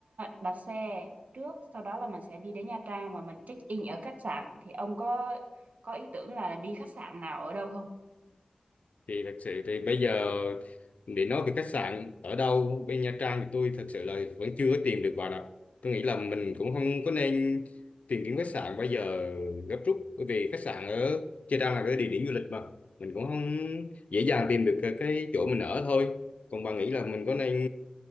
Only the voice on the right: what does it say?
đặt xe trước, sau đó là mình sẽ đi đến Nha Trang và mình check in ở khách sạn. Thì ông có có ý tưởng là đi khách sạn nào ở đâu không?